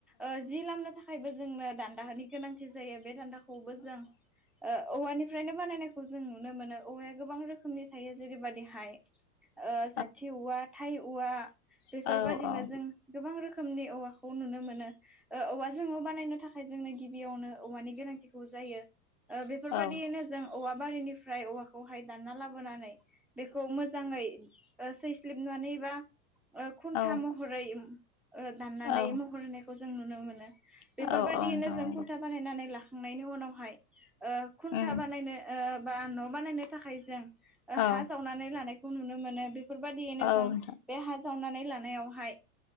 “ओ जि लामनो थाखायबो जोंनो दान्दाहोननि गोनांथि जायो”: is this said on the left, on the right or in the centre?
Centre